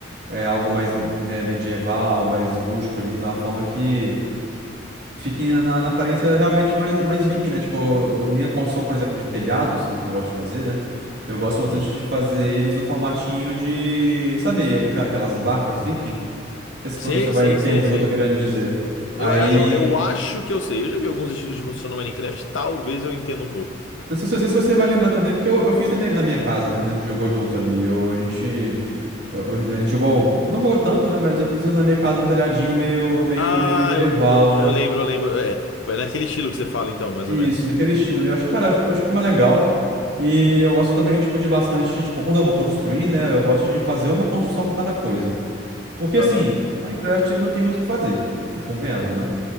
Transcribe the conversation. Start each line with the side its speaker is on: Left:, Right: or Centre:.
Right: é, algo mais é, medieval, mais rústico ali, de uma forma que fique na, na aparência realmente mais, mais viking, né? Tipo, a minha construção, por exemplo, de telhados, o que eu gosto de fazer, né? Eu gosto bastante
Left: Hum.
Right: de fazer eles no formatinho de, sabe, aqua- aquelas barcas viking? Não sei se
Left: Sei,
Right: quando você vai
Left: sei,
Right: entender
Left: sei, sei.
Right: o que eu tô querendo dizer. Aí,
Left: Eu, eu, eu eu acho que eu sei. Eu já vi alguns estilos de construção no Minecraft. Talvez eu entenda um pouco.
Right: não sei se, não sei se você vai lembrar também, porque eu, eu fiz na minha, na minha casa, né? Quando a gente jogou junto ali, eu, a gente... Eu, eu- a gente jogou, não jogou tanto, né? Mas eu fiz na minha casa um telhadinho meio, meio,
Left: Ah,
Right: meio medieval,
Left: eu, eu,
Right: né?
Left: eu lembro, eu lembro. É, foi naquele estilo que você fala, então, mais
Right: Isso,
Left: ou menos.
Right: naquele estilo ali. Eu acho, cara, eu acho que é mais legal. E eu gosto também, tipo, de bastante. de- quando eu vou construir, né? Eu gosto de fazer uma construção pra cada coisa. Porque
Left: Aham.
Right: assim, Minecraft ele não tem muito o que fazer. E convenhamos, né?